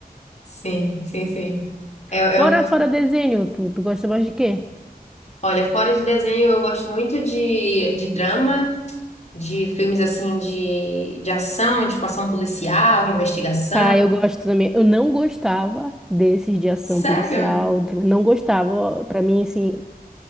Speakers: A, on the left (about 45°); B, in the centre.
A: sim, sim, sim. É,
B: Fora,
A: é o-
B: fora desenho, tu, tu gosta mais de quê?
A: olha, fora de desenho eu gosto muito de, de drama. de filmes assim de, de ação, tipo ação policial, investigação.
B: Ah, eu gosto também. Eu não gostava desses de ação
A: Sério?
B: policial, não gostava. Ó, Pra mim, assim,